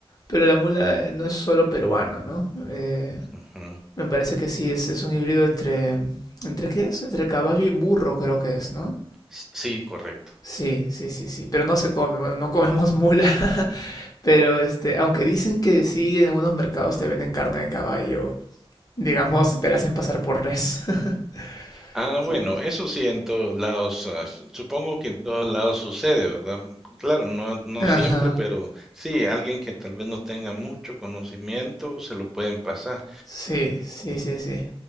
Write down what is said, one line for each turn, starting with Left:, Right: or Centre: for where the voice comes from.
Left: pero la mula eh, no es solo peruana, ¿no? Eh,
Centre: Ujú.
Left: Me parece que sí, es, es un híbrido entre... ¿Entre qué es? Entre caballo y burro creo que es, ¿no?
Centre: S- Sí, correcto.
Left: Sí, sí, sí, sí, pero no se come, bueno, no comemos mula, <laughs> pero este, aunque dicen que sí, en algunos mercados te venden carne de caballo, digamos, te la hacen pasar por res. <laughs>
Centre: Ah,
Left: Sí.
Centre: bueno, eso sí en todos lados, ah, s- supongo que en todos lados sucede, ¿verdad? Claro, no, no
Left: Ajá,
Centre: siempre, pero sí, alguien que tal vez no tenga mucho conocimiento se lo pueden pasar.
Left: sí, sí, sí, sí.